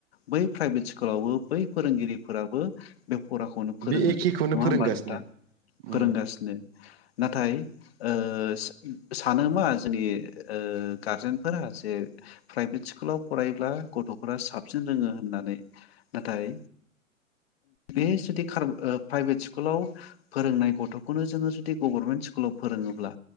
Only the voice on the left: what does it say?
बै प्राइभेट स्कुलावबो बै फोरोंगिरिफोराबो बे फराखौनो फोरोङो
नङा
होमबा नोंथां फोरोंगासिनो
नाथाय ओ सा-सानो मा जोंनि ओ जोंनि गारजेनफोरा जे प्राइभेट स्कुलाव फरायब्ला गथ'फोरा साबसिन रोङो होननानै नाथाय बे जुदि खार ओ प्राइभेट स्कुलाव फोरोंनाय गथ'खौनो जोङो जुदि गभारनमेन्ट स्कुलाव फोरोङोब्ला